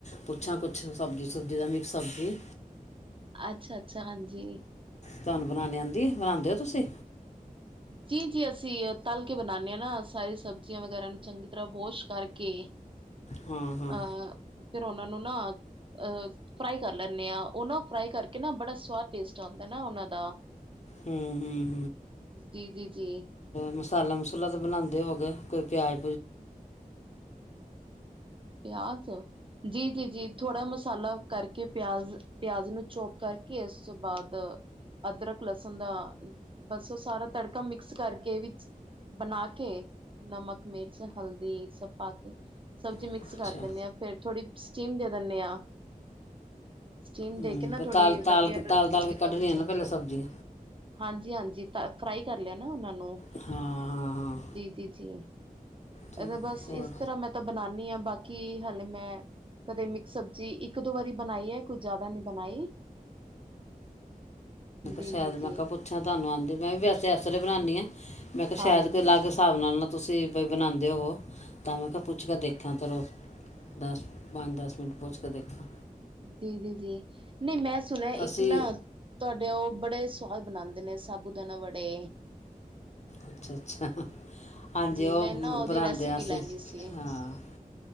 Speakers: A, on the left; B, on the right.
A: ਪੁੱਛਾਂ ਕੁਛ ਸਬਜ਼ੀ ਸੁਬਜ਼ੀ ਦਾ ਮਿਕਸ ਸਬਜ਼ੀ
B: ਅੱਛਾ-ਅੱਛਾ ਹਾਂਜੀ,
A: ਤੁਹਾਨੂੰ ਬਣਾਣੇ ਆਦੀ ਆ ਬਣਾਦੇ ਹੋ ਤੁਸੀਂ?
B: ਜੀ-ਜੀ, ਅਸੀਂ ਤਲ ਕੇ ਬਣਾਨੇ ਹਾਂ ਨਾ ਸਾਰੀ ਸਬਜ਼ੀਆਂ ਵਗੈਰਾ ਨੂੰ ਚੰਗੀ ਤਰ੍ਹਾਂ ਬੋਸ਼ ਕਰਕੇ
A: ਹਾਂ-ਹਾਂ,
B: ਅਹ ਫਿਰ ਉਹਨਾਂ ਨੂੰ ਨਾ, ਅਹ, ਫਰਾਈ ਕਰ ਲੈਂਨੇ ਆ। ਉਹ ਨਾਂ ਫਰਾਈ ਕਰਕੇ ਨਾ, ਬੜਾ ਸਵਾਦ ਟੇਸਟ ਆਂਦਾ ਨਾ ਉਹਨਾਂ ਦਾ।
A: ਹੂੰ ਹੂੰ
B: ਜੀ, ਜੀ, ਜੀ।
A: ਮਸਾਲਾ-ਮਸੂਲਾ ਤਾਂ ਬਣਾਉਂਦੇ ਹੋਗੇ? ਕੋਈ ਪਿਆਜ
B: ਪਿਆਜ, ਜੀ, ਜੀ, ਜੀ, ਥੋੜਾ ਮਸਾਲਾ ਕਰਕੇ। ਪਿਆਜ, ਪਿਆਜ ਨੂੰ ਚੋਪ ਕਰਕੇ, ਉਸ ਤੋਂ ਬਾਅਦ ਅਦਰਕ ਲਸਣ ਦਾ ਬਸ ਉਹ ਸਾਰਾ ਤੜਕਾ ਮਿਕਸ ਕਰਕੇ ਵਿੱਚ ਬਣਾ ਕੇ ਨਮਕ, ਮਿਰਚ, ਹਲਦੀ ਸਭ ਪਾ ਕੇ ਸਬਜ਼ੀ ਮਿਕਸ
A: ਅੱਛਾ
B: ਕਰ ਦਿੰਨੇ ਆ। ਫੇਰ ਥੋੜੀ ਸਟੀਮ ਦੇ ਦਿੰਨੇ ਹਾਂ। ਸਟੀਮ
A: ਹੂੰ
B: ਦੇ ਕੇ ਨਾ ਥੋੜੀ
A: ਤਾਲ, ਤਾਲ,
B: ਵਧੀਆ
A: ਤੱਲ-ਤੱਲ
B: ਸਬਜ਼ੀ
A: ਕੇ ਕੱਢਨੀਂ
B: ਗਲ ਵੀ
A: ਅ
B: ਜਾਂਦੀ
A: ਨਾ ਪਹਿਲੇ
B: ਹੈ
A: ਸਬਜੀ
B: ਹਾਂਜੀ, ਹਾਂਜੀ ਤ ਫਰਾਈ ਕਰ ਲਿਆ ਨਾ ਉਹਨਾਂ ਨੂੰ।
A: ਹਾਂ ਹਾਂ
B: ਜੀ, ਜੀ, ਜੀ,
A: ਤੇ
B: ਇਹ ਬਸ
A: ਹੋਰ
B: ਇਸ ਸਰਾ ਮੈਂ ਤਾਂ ਬਨਾਨੀ ਆ। ਬਾਕੀ ਹੱਲੇ ਮੈਂ ਕਦੇ ਮਿਕਸ ਸਬਜ਼ੀ ਇੱਕ-ਦੋ ਵਾਰੀ ਬਣਾਈ ਏ, ਕੁਜ ਜਾਦਾ ਨੀ ਬਣਾਈ ਜੀ
A: ਸ਼ੈਦ।
B: ਜੀ
A: ਮੈਂ
B: ਜੀ
A: ਕਿਹਾ ਪੁੱਛਾਂ ਤੁਹਾਨੂੰ ਮੈਂ ਵੀ ਵੈਸੇ ਐਸਰੇ ਬਨਾਨੀ ਆ। ਮੈਂ ਕਿਹਾ
B: ਹਾਂਜੀ
A: ਸ਼ੈਦ ਕੋਈ ਅਲੱਗ ਹਿਸਾਬ ਨਾਲ ਨਾ ਤੁਸੀਂ ਬਈ ਬਣਾਂਦੇ ਹੋਵੋ, ਤਾਂ ਮੈਂ ਕਿਹਾ ਪੁੱਛ ਕੇ ਦੇਖਾਂ, ਚਲੋ। ਦਸ, ਪੰਜ-ਦਸ ਮਿੰਟ ਪੁੰਛ ਤੇ ਦੇਖੋ
B: ਜੀ, ਜੀ, ਜੀ, ਨਹੀਂ ਮੈਂ ਸੁਣਿਆ
A: ਅਸੀਂ
B: ਇੱਕ ਨਾ ਤੁਹਾਡੇ ਉਹ ਬੜੇ ਸਵਾਦ ਬਣਾਂਦੇ ਨੇ ਸਾਬੂ ਦਾਨਾ ਵੜੇ
A: ਅੱਛਾ, ਅੱਛਾ, ਹਾਂਜੀ। ਉਹ
B: ਮੈਂ ਨਾ ਉਹਦੀ
A: ਬਣਾਉਦੇ
B: ਰੈਸਿਪੀ
A: ਅਸੀਂ।
B: ਲੈਣੀ ਸੀ
A: ਹਾਂ,